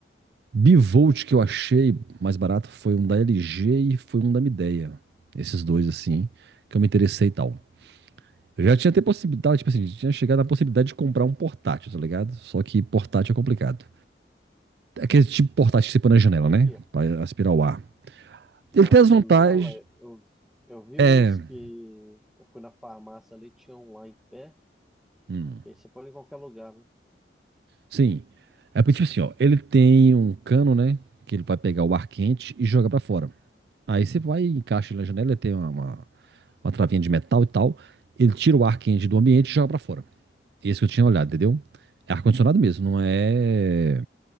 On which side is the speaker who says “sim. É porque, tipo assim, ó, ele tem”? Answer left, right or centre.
Right